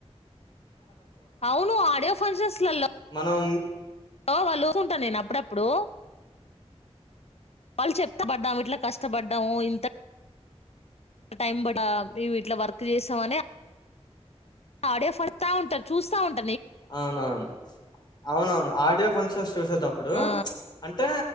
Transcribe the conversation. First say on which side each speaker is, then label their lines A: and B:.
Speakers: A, on the left; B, on the left.
A: అవును ఆడియో ఫంక్షన్స్లలో
B: మనం
A: హ వాళ్ళు చఊకుంటాను నేను అప్పుడప్పుడు వాళ్ళు చెప్తా పడ్డాం ఇట్లా కష్టపడ్డాము ఇంత టై ఇట్లా వర్క్ చేసామని ఆడే పడతా ఉంటారు చూస్తా ఉంటారు
B: అవునవును అవునవును ఆడియో ఫంక్షన్స్ చూసేటప్పుడు
A: ఆ
B: అంటే